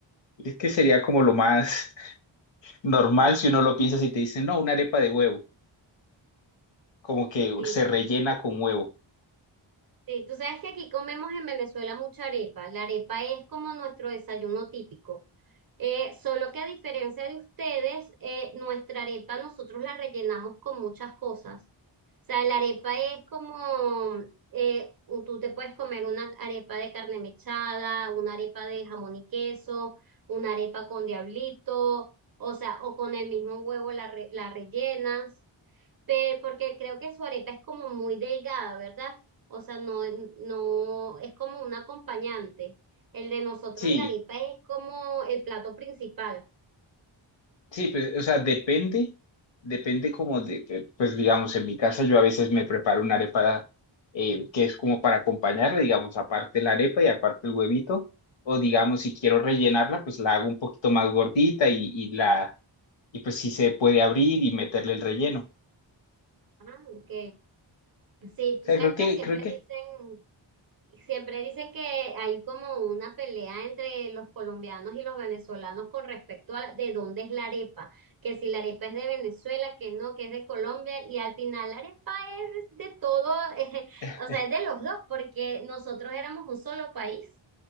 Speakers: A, on the left; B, on the right.
A: Es que sería como lo más <laughs> normal si uno lo piensa si te dicen, no, una arepa de huevo, como que
B: Sí,
A: se rellena con huevo.
B: sí. Tú sabes que aquí comemos en Venezuela mucha arepa. La arepa es como nuestro desayuno típico. Eh, solo que a diferencia de ustedes, eh, nuestra arepa nosotros la rellenamos con muchas cosas. O sea, la arepa es como, eh, u- tú te puedes comer una arepa de carne mechada, una arepa de jamón y queso, una arepa con diablito, o sea, o con el mismo huevo la, re- la rellenas. Pe- porque creo que su arepa es como muy delgada, ¿verdad? O sea, no, no es como un acompañante. El de nosotros,
A: Sí,
B: la arepa es como el plato principal.
A: sí, pues, o sea, depende, depende como de, de- pues digamos, en mi casa yo a veces me preparo una arepa eh, que es como para acompañarla, digamos, aparte la arepa y aparte el huevito, o digamos, si quiero rellenarla, pues la hago un poquito más gordita y, y la y pues sí se puede abrir y meterle el relleno. O
B: Ah, ok. Sí,
A: sea,
B: tú sabes
A: creo que,
B: que siempre
A: creo que
B: dicen, Siempre dicen que hay como una pelea entre los colombianos y los venezolanos con respecto a de dónde es la arepa, que si la arepa es de Venezuela, que no, que es de Colombia, y al final la arepa es de todo, <laughs> eh,
A: <laughs>
B: o sea, es de los dos, porque nosotros éramos un solo país,